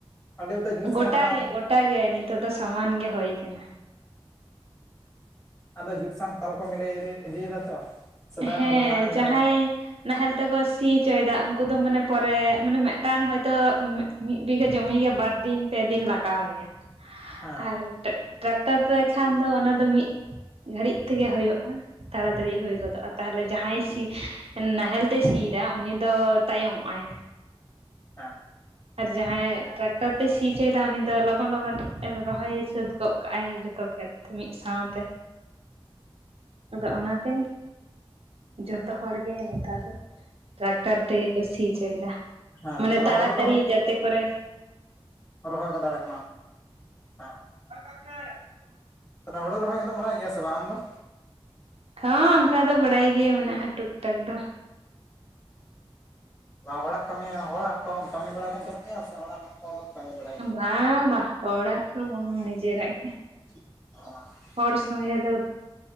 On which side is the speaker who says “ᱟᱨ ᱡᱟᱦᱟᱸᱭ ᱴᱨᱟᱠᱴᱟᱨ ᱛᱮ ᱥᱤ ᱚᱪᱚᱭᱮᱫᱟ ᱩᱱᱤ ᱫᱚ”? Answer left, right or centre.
Right